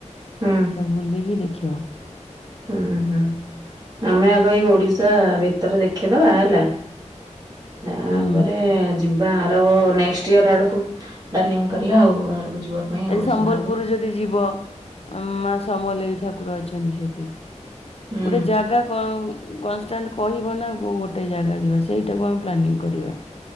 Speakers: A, on the right; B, on the left.
A: ହୁଁ
B: ସବୁ ବୁଲିକି ଦେଖିବ।
A: ହୁଁ ହୁଁ। ଆମେ ଆଗ ଏଇ ଓଡିଶା ଭିତରେ ଦେଖିଦବା ହେଲା। ତାପରେ
B: ହୁଁ
A: ଯିବା ଆର ନେକ୍ସଟ ଇୟର ଆଡକୁ ପ୍ଲାନିଂ କରିଆ ଆଉ। ବାହାରକୁ ଯିବା ପାଇଁ ଆଉ
B: ଏ
A: ଓଡିଶା
B: ସମ୍ବଲପୁର
A: ବାହାରକୁ
B: ଯଦି ଯିବ ଅଁ ମା ସମଲେଇ ଠାକୁର ଅଛନ୍ତି ସେଠି।
A: ହୁଁ
B: ଗୋଟେ ଜାଗା କନ କଂଷ୍ଟାନ୍ତ କହିବ ନା, ଗୋଟେ ଜାଗା ଯିବା ସେଇଟାକୁ ଆମେ ପ୍ଲାନିଂ କର ଯିବା।